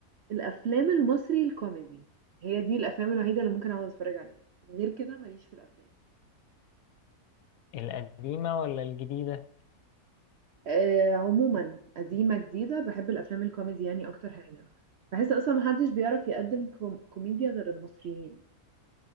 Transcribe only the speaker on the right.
الافلام المصري الكوميدي هي دي الافلام الوحيدة اللي ممكن اقعد اتفرج عليها غير كده ماليش في الافلام
آه، عموما قديمة جديدة بحب الأفلام الكوميدي يعني أكتر حاجة بحس أصلا محدش بيعرف يقدم كوم- كوميديا غير المصريين